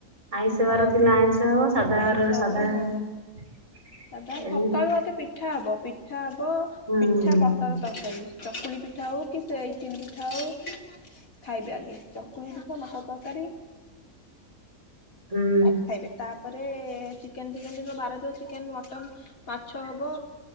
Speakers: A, on the right (about 50°); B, on the left (about 70°).
A: ଆଇଁଷବାର
B: ହଁ
A: ଥିଲା ଆଇଁଷ ସାଧାର
B: ଆଇଁଷ ହବ
A: ସାଧା ଏମିତି
B: ହଁ ସାଧା ସକାଳୁ ଆଗେ ପିଠା ହବ ପିଠା ହବ
A: ହୁଁ
B: ପିଠା
A: ହୁଁ।
B: ମଟର ତରକାରି। ଚକୁଳି ପିଠା ହଉ କି ସେ ଇଟିଲି ପିଠା ହଉ ଖାଇବେ ଆଗ ଚକୁଳି ପିଠା ମଟର ତରକାରୀ।
A: ହୁଁ
B: ଆ ଖାଇବେ ତା, ତାପରେ ଚିକେନ୍ ଫିକେନ୍ ଯେ ବାରଥିବ ଚିକେନ୍ ମଟନ୍ ମାଛ ହବ